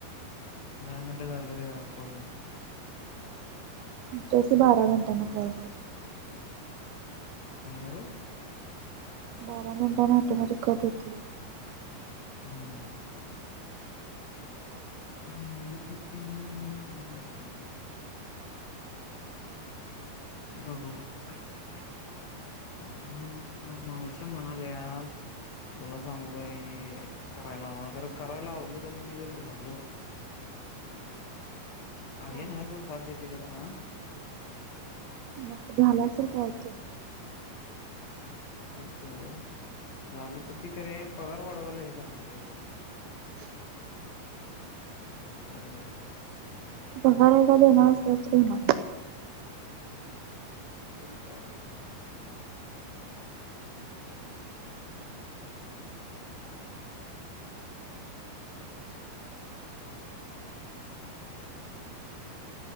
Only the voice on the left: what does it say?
दहा मिनटं झालं यावर पूर्ण
का करू.
हम्म. हा हम् हम्. बघू कायते. हा मावस्या म्हणाले या. तुला सांगू का करायला हव ख करायला लावली त मी जरी झालो.
अरय
ना हय सळ साध्यतेक हह.
ते च झाल तर तिके पगार वाढवायला हे करणार रे.
होे.
ते कायत.